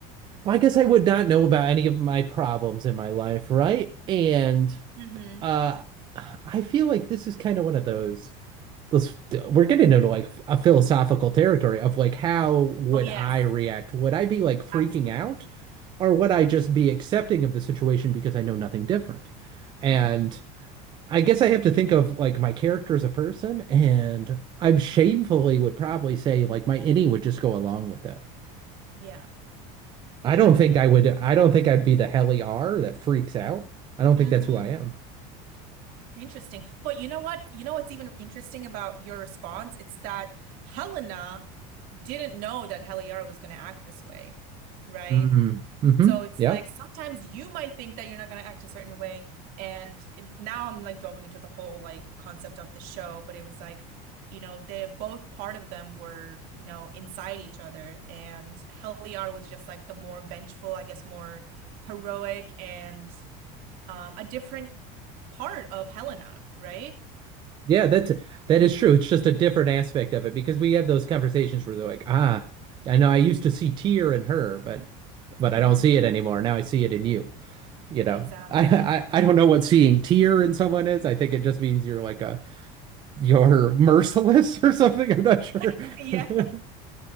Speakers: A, on the right; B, on the right.
A: Well, I guess I would not know about any of my problems in my life, right? And
B: Mm-hmm.
A: uh I feel like this is kind of one of those those we're getting into like a philosophical territory of like how would
B: Oh yes,
A: I react? Would I be like freaking
B: absolutely.
A: out or would I just be accepting of the situation because I know nothing different? And
B: Mm-hmm.
A: I guess I have to think of like my character as a person, and I'm shamefully would probably say like my innie would just go along with it.
B: Yeah.
A: I don't
B: That's
A: think
B: it.
A: I would. I don't think I'd be the helly R that freaks out. I don't
B: Mm-hmm.
A: think that's who I am.
B: Interesting. But you know what? You know what's even interesting about your response? It's that Helena didn't know that Heliara was going to act this way, right?
A: Mm-hmm. Mm-hmm.
B: So it's
A: Yeah.
B: like sometimes you might think that you're not going to act a certain way. And it- now I'm like delving into the whole like concept of the show, but it was like, you know, they both part of them were, you know, inside each other. And Heliara was just like the more vengeful, I guess, more heroic and um, a different part of Helena, right?
A: Yeah, that's that is true. It's just a different aspect of it because we have those conversations where they're like, ah, I know I used to see tear in her, but but
B: hmm
A: I don't see it anymore. Now I see it in you. You know,
B: Exactly.
A: <laughs> I I, I don't know what seeing tear in someone is. I think it just means you're like a you're merciless or something. I'm not sure.
B: <laughs> Yeah.
A: <laughs>